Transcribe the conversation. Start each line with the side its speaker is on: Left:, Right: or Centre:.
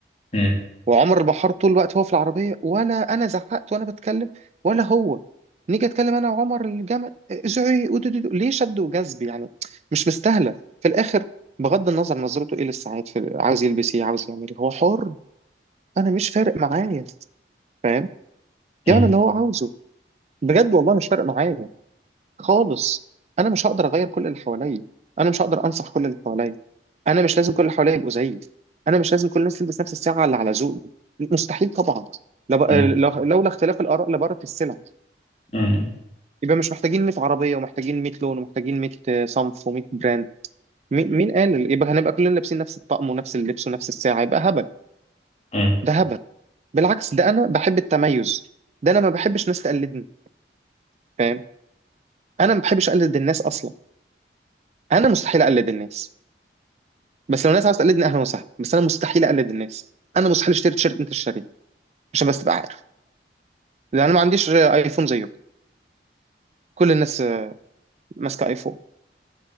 Left: مم.
Right: وعمر البحار طول الوقت هو في العربية ولا أنا زعقت وأنا بتكلم ولا هو نيجي أتكلم أنا وعمر الجمل زعيق ودودودو. ليه شد وجذب يعني مش مستاهلة في الآخر بغض النظر نظرته إيه للسعيد في... عاوز يلبس إيه عاوز يعمل إيه هو حر أنا مش فارق معايا فاهم
Left: مم.
Right: يعمل اللي هو عاوزه بجد والله مش فارق معايا خالص انا مش هقدر اغير كل اللي حواليا انا مش هقدر انصح كل اللي حواليا انا مش لازم كل اللي حواليا يبقوا زيي انا مش لازم كل الناس تلبس نفس الساعه اللي على ذوقي مستحيل طبعا لو لو-
Left: مم.
Right: لولا اختلاف الاراء لبارت السلع
Left: مم.
Right: يبقى مش محتاجين 100 عربيه ومحتاجين 100 لون ومحتاجين 100 صنف و100 براند مين مين قال يبقى هنبقى كلنا لابسين نفس الطقم ونفس اللبس ونفس الساعه يبقى هبل
Left: مم.
Right: ده هبل بالعكس ده انا بحب التميز ده انا ما بحبش ناس تقلدني فاهم انا ما بحبش اقلد الناس اصلا انا مستحيل اقلد الناس بس لو الناس عاوز تقلدني اهلا وسهلا بس انا مستحيل اقلد الناس انا مستحيل اشتري تيشيرت انت شاريه عشان بس تبقى عارف لان انا ما عنديش آه، ايفون زيكم كل الناس آه، ماسكه ايفون